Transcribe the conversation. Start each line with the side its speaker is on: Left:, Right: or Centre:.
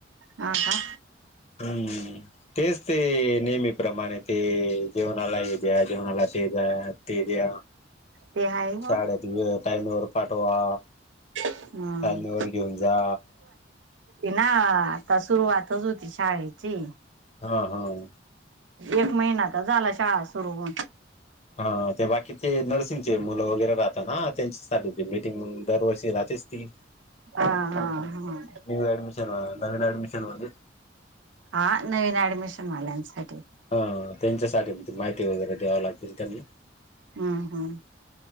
Right: हो का
Left: हम्म तेच ते नेहमी प्र्रमाणे ते जेवणाला हे द्या जेवणाला ते जा
Right: ते आहे ब
Left: साड टमर पाठवा
Right: हम्म
Left: टायमेवर घेऊन जा.
Right: ना आता सुरुवातच होती शाळेची
Left: हां हां
Right: एक महिना तर झाला शाळा सुरु होऊन
Left: हा ते बाकी नर्सिंगचे मुलं वगैरे राहात हा त्यांच्यासाठी मिीटिंग मग दरवर्षी राहतेच ती
Right: हा हा हा
Left: न्यू अडमिशन अ नवीन अडमिशन वाले
Right: हा नवीन ऍडमिशन वाल्यांसाठी
Left: हां त्यांच्यासाठीण माहिती वगैरे द्याव लागती ना त्यांनी
Right: हम हम